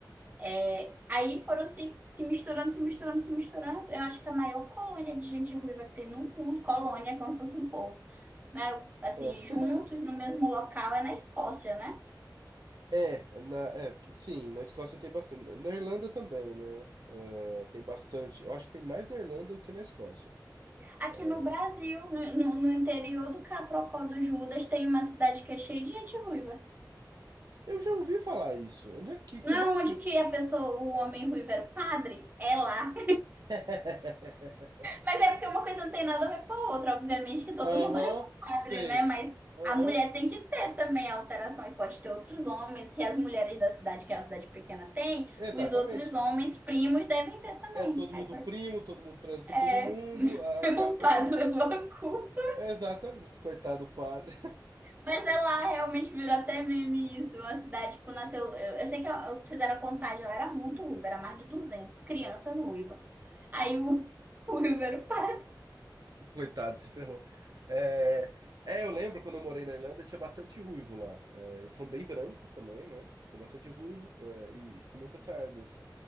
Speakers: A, on the right (about 25°); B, on the right (about 60°).
A: É, aí foram se, se misturando, se misturando, se misturando. Eu acho que a maior colônia de gente ruiva que tem no mundo, colônia, é como se fosse um povo, né? Assim,
B: É.
A: juntos
B: <laughs>
A: no mesmo local é na Escócia, né?
B: É, na, é, sim, na Escócia tem bastante. Na Irlanda também, né? É, tem bastante. Eu acho que tem mais na Irlanda do que na Escócia.
A: Aqui
B: É.
A: no Brasil, no, no- no interior do Caprocó do Judas, tem uma cidade que é cheia de gente ruiva.
B: Eu já ouvi falar isso. Onde é que, que
A: Não
B: raio
A: é
B: que...
A: onde que a pessoa, o homem ruivo era o padre? É lá. <laughs>
B: <laughs>
A: Mas é porque uma coisa não tem nada a ver com a outra. Obviamente que todo
B: Aham,
A: mundo olha pro padre,
B: sei.
A: né? Mas
B: Aham,
A: a mulher tem que ter também a alteração e pode ter outros homens. Se as mulheres da cidade, que é uma cidade pequena, têm,
B: exatamente.
A: os outros homens primos devem ter também.
B: É todo mundo
A: Aí foi.
B: primo, todo mundo transa com
A: É,
B: todo mundo.
A: <laughs>
B: a- Acaba
A: o padre
B: que.
A: levou a culpa.
B: Exatamente, coitado do padre.
A: Mas é lá, realmente virou até meme isso. Uma cidade que nasceu. Eu, eu sei que eu, eu fizeram a contagem, ela era muito ruiva, era mais de 200 crianças ruivas. Aí o, <laughs> o ruivo era o padre.
B: Coitado, se ferrou. É, é, eu lembro quando eu morei na Irlanda, tinha bastante ruivo lá. É, eles são bem brancos também, né? Tem bastante ruivo, é, e, e com muitas sardas,